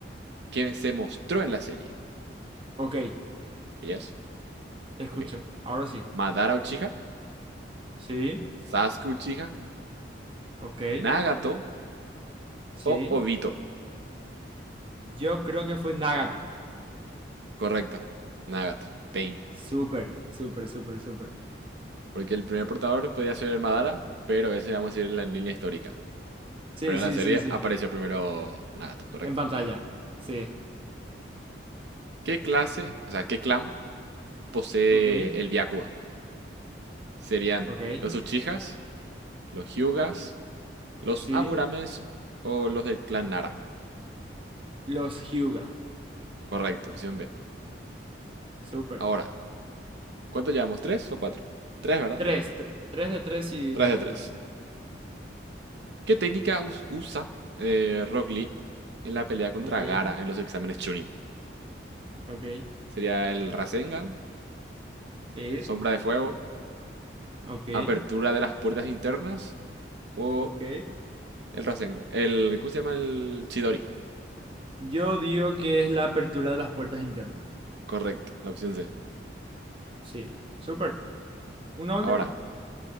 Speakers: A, on the right (about 70°); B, on the right (about 30°).
A: que se mostró en la serie?
B: Ok,
A: ¿Ellas?
B: te escucho.
A: Ok.
B: Ahora sí.
A: ¿Madara Uchiha?
B: Sí,
A: Sasuke Uchiha,
B: ok,
A: Nagato
B: sí.
A: o Obito.
B: Yo creo que fue Nagato.
A: Correcto, Nagato, Pain.
B: Súper, súper, súper, súper.
A: Porque el primer portador podía ser Madara, pero ese vamos a ir en la línea histórica.
B: Sí,
A: Pero en
B: sí,
A: la serie
B: sí, sí.
A: apareció primero Nagato, correcto.
B: En pantalla. Sí,
A: ¿Qué clase, o sea, qué clan posee
B: ok,
A: el Byakugan? ¿Serían
B: ok,
A: los Uchihas, los Hyugas, los
B: sí.
A: Aburames o los del clan Nara?
B: Los Hyuga.
A: Correcto, opción B.
B: Súper.
A: Ahora, ¿cuánto llevamos? ¿Tres o cuatro? Tres, ¿verdad?
B: Tres, tre- tres de tres si
A: Tres
B: no estoy
A: de tres.
B: mal.
A: ¿Qué técnica us- usa eh, Rock Lee en la pelea contra
B: Ok,
A: Gara en los exámenes Chunin?
B: ok,
A: ¿Sería el Rasengan,
B: sí,
A: Sombra de Fuego,
B: ok,
A: Apertura de las Puertas Internas o
B: ok.
A: el Rasengan? El, ¿cómo se llama? El Chidori.
B: Yo digo que es la apertura de las puertas internas.
A: Correcto, la opción C.
B: Sí, súper. ¿Una última?
A: Ahora,